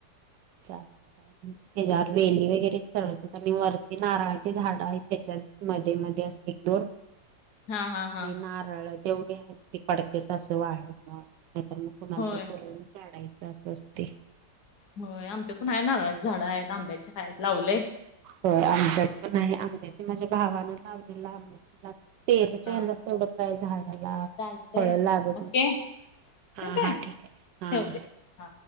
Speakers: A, on the right; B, on the left.
A: चालतंय, त्याच्यावर वेली वगैरे चढवतेत आणी वरती नारळाचे झाड आहेत त्याच्यात. मध्ये, मध्ये असते एक दोन. ते
B: हा हा हा
A: नारळ तेवढी हायत ती पडत्यात असं वाळकी मग नाहीतर मग. कुणाला
B: होय
A: तर बूलवून काढायचं असं असतय.
B: होय, आमच्यातण आहे नारळाची झाडं आहेत, आंब्याच्या आहेत. लावलेय
A: होय, आंमच्यात पण हाय, आंब्याची माझ्या भावानं लावलेलं आंब्याची झाड- पेरुच्या
B: हा
A: हंलाच तेवढं काय, झाडाला
B: चालतय
A: फळ लागत
B: ओके
A: नाही. हा,
B: ठेवू काय
A: हा, ठीक आहे, हां.
B: ठेवते हा